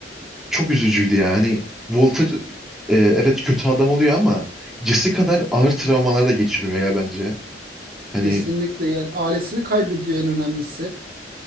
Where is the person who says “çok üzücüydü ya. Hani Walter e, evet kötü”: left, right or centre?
Centre